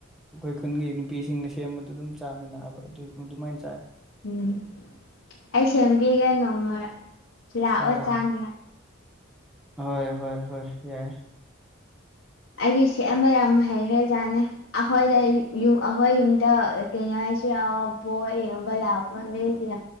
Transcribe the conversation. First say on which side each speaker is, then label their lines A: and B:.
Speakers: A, in the centre; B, on the left.
A: ꯑꯩꯈꯣꯏ ꯈꯨꯟꯒꯤ ꯅꯨꯄꯤꯁꯤꯡꯅ ꯁꯦꯝꯕꯗꯨꯗ ꯑꯗꯨꯝ ꯆꯥꯃꯤꯟꯅꯕ ꯑꯗꯨ ꯑꯗꯨꯃꯥꯏꯅ ꯆꯥꯏ
B: ꯎꯝ ꯑꯩ ꯁꯦꯝꯕꯤꯒꯦ ꯅꯣꯡꯃ ꯂꯥꯛꯑꯣ
A: ꯍꯣꯏ
B: ꯆꯥꯅꯤꯉꯥꯏ
A: ꯍꯣꯏ ꯍꯣꯏ ꯍꯣꯏ ꯌꯥꯏ
B: ꯑꯩꯗꯤ ꯁ‌ꯦꯝꯕ ꯌꯥꯝ ꯍꯩꯈ꯭ꯔꯥꯖꯥꯠꯅꯤ ꯑꯩꯈꯣꯏꯗ ꯑꯩ ꯌꯨꯝ ꯑꯩꯈꯣꯏ ꯌꯨꯝꯗ ꯑ ꯀꯩ ꯍꯥꯏꯁꯤꯔꯥ ꯎꯝ ꯄꯣ ꯌꯦꯡꯕ ꯂꯥꯛꯄ ꯃꯤꯁꯤꯅ